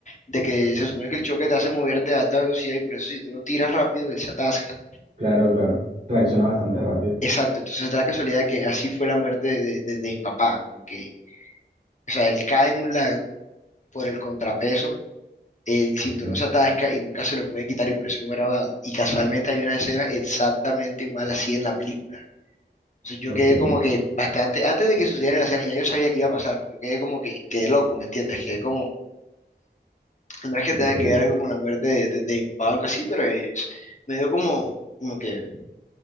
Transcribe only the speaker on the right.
claro, claro. Reacciona bastante rápido.
Ujú.
Ok,
ok,